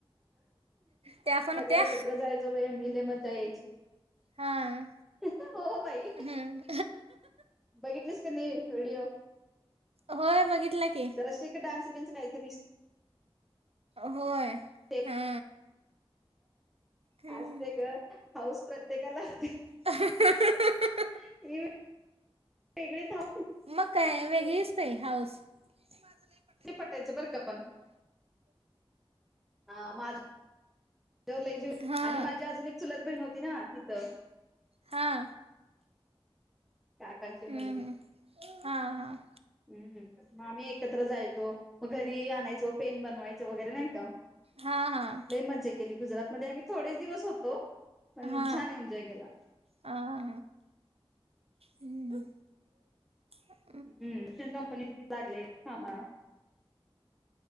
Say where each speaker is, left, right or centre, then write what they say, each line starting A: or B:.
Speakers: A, on the right (about 85°); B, in the centre.
A: त्या पण
B: सगळ्या
A: होत्या
B: एकत्र जायचो बाई आम्ही लय मजा यायची.
A: हा,
B: हो बाई
A: हम्म.
B: बघितलीस कनी व्हिडिओ,
A: होय बघितलं की
B: जरा शीक डान्स बीन्स कायतरी.
A: होय.
B: ते
A: हा हम्म
B: असते गं. हाऊस प्रत्येकाला असती.
A: <unintelligible>
B: <unintelligible> वेगळीच हाऊ
A: मग काय वेगळीच बाई, हाऊस. माझं लई
B: ते पटायचं, बर का पण. हा माझ, वर लई जीव
A: हां
B: आणि माझ्या अजून एक चुलत बहिण होती ना, तिथं.
A: हां.
B: काकांची मुलगी.
A: हां हां हां
B: हम्. मग आम्ही एकत्र जायचो. मग घरी आणायचो. पेन बनवायचं, वगैरे नाही का?
A: हां
B: लय मज्जा केली गुजरातमध्ये. आम्ही थोडेच दिवस होतो पण
A: हा.
B: छान एन्जॉय केला
A: आ हा, ह. हा.
B: ह्, तिथं कंपनीमध्येच लागले कामाला.